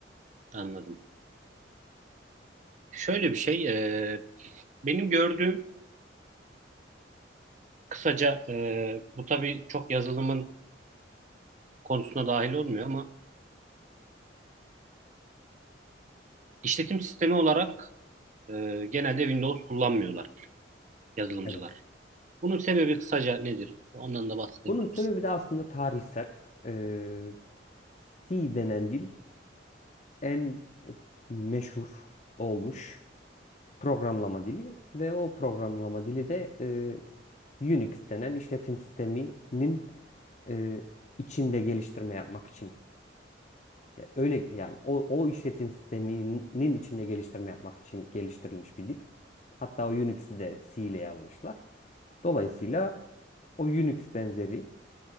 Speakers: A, on the right (about 40°); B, on the left (about 40°).
A: Anladım. Şöyle bir şey, e, benim gördüğüm kısaca e, bu tabii çok yazılımın konusuna dahil olmuyor ama işletim sistemi olarak e, genelde Windows kullanmıyorlar yazılımcılar.
B: Evet.
A: Bunun sebebi kısaca nedir? Ondan da bahsedebilir
B: Bunun sebebi
A: misin?
B: de aslında tarihsel. Ee, C denen dil en e, meşhur olmuş programlama dili ve o programlama dili de e, Unix denen işletim sisteminin e, içinde geliştirme yapmak için E, Öyle yani o, o işletim sisteminin içinde geliştirme yapmak için geliştirilmiş bir dil. Hatta o Unix'i de C ile yazmışlar. Dolayısıyla o Unix benzeri